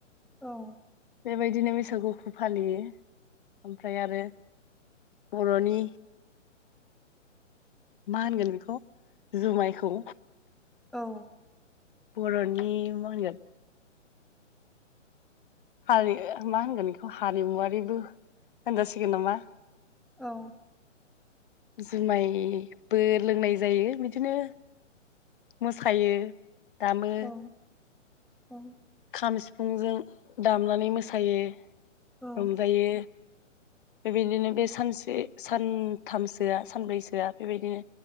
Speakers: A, in the centre; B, on the left.
A: औ
B: बेबायदिनो मैसागुखौ फालियो ओमफ्राय आरो बर'नि मा होनगोन बेखौ जुमायखौ
A: औ
B: बर'नि मा होनगोन! हारि मा होनगोन बेखौ हारिमुवारिबो होनजासिगोन नामा!
A: औ
B: जुमायबो लोंनाय जायो बिदिनो मोसायो दामो
A: औ औ
B: खाम सिफुंजों दामनानै मोसायो,
A: औ
B: रंजायो बेबायदिनो बे सानसे सानथामसोआ सानब्रैसोआ बेबायदिनो